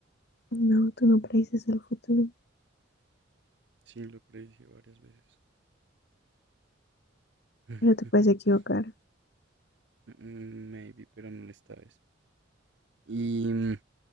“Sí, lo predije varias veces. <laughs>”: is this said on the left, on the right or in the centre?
Right